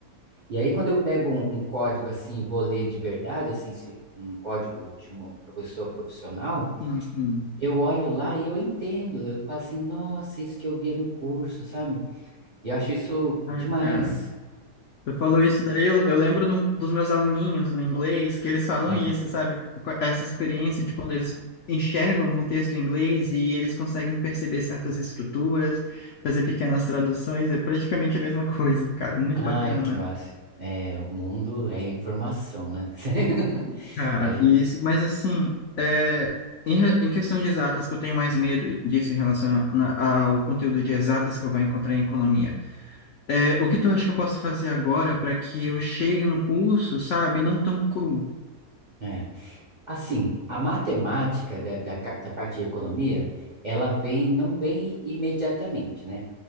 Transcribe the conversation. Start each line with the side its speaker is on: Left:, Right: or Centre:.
Right: E aí, quando eu pego um, um código assim, e vou ler de verdade, assim, se- um código de uma pessoa profissional,
Left: Sim, sim.
Right: eu olho lá e eu entendo. Eu falo assim, nossa, isso que eu via no curso, sabe? E eu acho isso
Left: Ai,
Right: demais.
Left: cara. Tu falou isso daí, eu, eu lembro do- dos meus aluninhos no inglês, que eles falam
Right: Ah,
Left: isso, sabe? Com Essa experiência de quando eles enxergam um texto em inglês e eles conseguem perceber certas estruturas, fazer pequenas traduções, é praticamente a mesma coisa, cara, muito
Right: ai,
Left: bacana.
Right: que massa. É, o mundo é informação, né? <laughs>
Left: Cara,
Right: A gente,
Left: isso, mas assim, é, em, re- em questão de exatas, que eu tenho mais medo disso em relação a- na- ao conteúdo de exatas que eu vou encontrar em economia. É, o que tu acha que eu posso fazer agora para que eu chegue no curso, sabe, não tão cru?
Right: é. Assim, a matemática da, da, ca- da parte de economia, ela vem, não vem imediatamente, né?